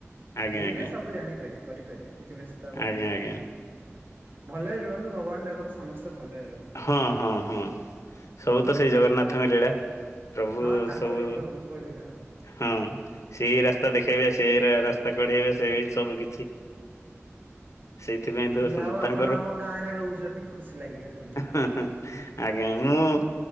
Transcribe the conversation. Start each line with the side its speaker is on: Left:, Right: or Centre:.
Left: ଆଜ୍ଞା
Right: ଧୀରେ
Left: ଆଜ୍ଞା
Right: ଧୀରେ ସବୁ ଜାଣିପାରିବେ କରିପାରିବେ କିଛି ବ୍ୟସ୍ତ ହବାରି
Left: ଆଜ୍ଞା
Right: ନାହାନ୍ତି।
Left: ଆଜ୍ଞା
Right: ଭଲରେ ରୁହନ୍ତୁ ଭଗବାନ ଡାକନ୍ତୁ ସମସ୍ତେ ଭଲରେ ରୁହନ୍ତୁ।
Left: ହଁ ହଁ ହଁ। ସବୁ ତ ସେଇ
Right: ତା
Left: ଜଗନ୍ନାଥଙ୍କ ଲୀଳା ପ୍ରଭୁ
Right: ହଁ ତାଙ୍କରି
Left: ସବୁ।
Right: ପ୍ରଭୁଙ୍କ ଲୀଳା ଆଉ।
Left: ହଁ ସେଇ ରାସ୍ତା ଦେଖେଇବେ ସେଇ ରାସ୍ତା କଢେଇବେ ସେ ବି ସବୁ କିଛି। ସେଇଥିପାଇଁ ତ
Right: ଯା ହଉ
Left: ତାଙ୍କର
Right: ଆପଣ ଆମ ଗାଁ ରେ ରହୁଛନ୍ତି ଖୁସି ଲାଗିଲା ଶୁଣିିକି।
Left: ଆଜ୍ଞା ମୁଁ